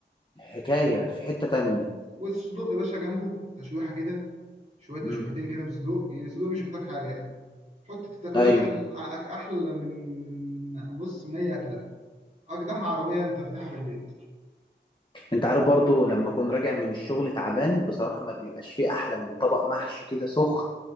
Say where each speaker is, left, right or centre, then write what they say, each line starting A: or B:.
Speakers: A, on the left; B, on the right.
A: حكاية في حتة تانية
B: والصدوق يا باشا جنبه تشويحه كده شويه تشويحتين
A: امم
B: كده من الصدوق يعني الصدوق مش محتاج حاجه يعني حط تاكل
A: ايوه
B: لك احلى احلى من بص من اي اكله اجدع عربيه انت فاتحها في البيت
A: انت عارف برضو لما اكون راجع من الشغل تعبان بصراحة ما بيبقاش فيه احلى من طبق محشي كده سخن